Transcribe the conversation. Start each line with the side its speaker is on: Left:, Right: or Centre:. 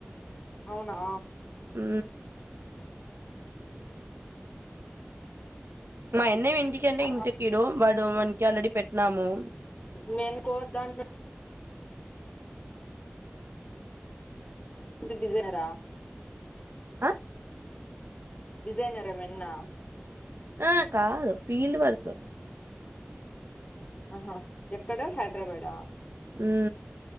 Left: అవునా
Right: ఉ మాయన్నవి ఇంటికెల్లి
Left: ఆ
Right: ఇంటికిీడు వాడు మంచి ఆల్రెడీ పెట్టినాము
Left: మేన్ కో దాంట్లో డిజైనరా
Right: ఆ
Left: డిజైనరా మిన్నా
Right: ఆ కాదు ఫీల్డ్ వర్క్
Left: ఆహా ఎక్కడ హైదరాబాద
Right: ఉ